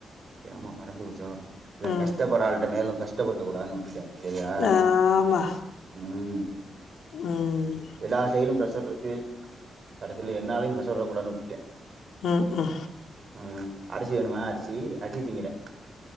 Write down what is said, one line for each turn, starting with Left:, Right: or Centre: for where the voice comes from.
Right: எம்மா மறந்து போச்சோ இல்ல
Left: ம்
Right: கஷ்டப்பட்ற ஆளுட்ட மேலும் கஷ்டப்படுத்தக்கூடாதுன்னு விட்டுட்ட சேரியா
Left: ஆமா
Right: உம்
Left: ம்
Right: எல்லா சைய்ட்லி பிரஷர் இருக் க்கு கடைசியில என்னாலையு பிரஷர் வரக் கூடான்னு விட்டுட்டே
Left: உஹம் உஹம்
Right: அ அரிசி வேணுமா அரிசி அரி திங்கிற